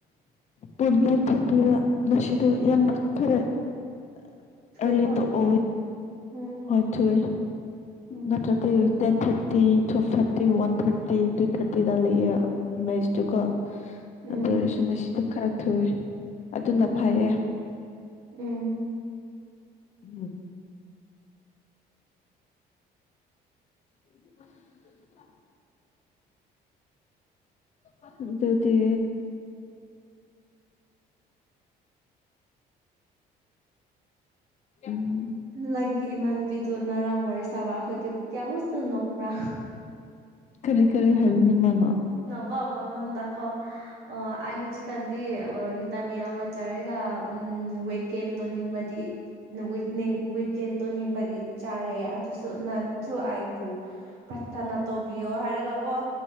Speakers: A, on the left; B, on the right.
A: ꯄꯨꯟ ꯅꯥꯏꯟ ꯊ꯭ꯔꯇꯤꯗ ꯃꯦꯁꯤꯗꯨ ꯌꯥꯝꯅ
B: ꯑꯣ
A: ꯈꯔꯦ <unintelligible>
B: ꯊꯨꯑꯦꯀꯣ ꯎꯝ
A: ꯍꯣꯏ ꯊꯨꯏꯋꯦ
B: ꯎꯝ
A: ꯅꯠꯇ꯭ꯔꯗꯤ ten thirty twelve thirty one thirty two ꯊꯥꯔꯇꯤꯗ ꯂꯩꯌꯦ ꯃꯦꯁꯇꯨꯀꯣ
B: ꯎꯝ
A: ꯑꯗꯨ ꯑꯣꯏꯔꯁꯨ ꯅꯁꯤꯗꯨ ꯈꯔ ꯊꯨꯏꯋꯦ ꯑꯗꯨꯅ
B: ꯎꯝ
A: ꯐꯩꯌꯦ
B: ꯎꯝ
A: ꯎꯝ <inaudible> ꯑꯗꯨꯗꯤ ꯎꯝ
B: ꯂꯪꯒꯤ ꯏꯃꯥꯟꯅꯕꯤ ꯗꯨ ꯅꯔꯥꯡ ꯋꯥꯔꯤ ꯁꯥꯕꯥ ꯑꯩꯈꯣꯏꯗꯤ ꯀꯤꯌꯥ ꯃꯨꯛꯁꯨꯨ ꯅꯣꯛꯄ꯭ꯔꯥ
A: ꯀꯔꯤ ꯀꯔꯤ ꯍꯥꯏꯕꯅꯤ ꯃꯥꯅꯥ
B: ꯀꯣ ꯃꯉꯣꯟꯗ ꯀꯣ ꯑꯥ ꯑꯩ ꯍꯧꯖꯤꯀꯥꯟ ꯗꯤ ꯑꯥ ꯚꯤꯇꯥꯃꯤꯟ ꯑꯃ ꯆꯥꯔꯒ ꯎꯝ ꯋꯦꯠ ꯒꯦꯟ ꯇꯣꯅꯤꯡꯕꯗꯤ <unintelligible> ꯋꯦꯀꯦꯟ ꯇꯧꯅꯤꯡꯕꯒꯤ ꯆꯥꯔꯦ ꯑꯗꯨꯁꯨ ꯅꯪꯁꯨ ꯑꯥꯏꯕꯨ ꯄꯔꯊꯅ ꯇꯧꯕꯤꯌꯣ ꯍꯥꯏꯔꯒ ꯀꯣ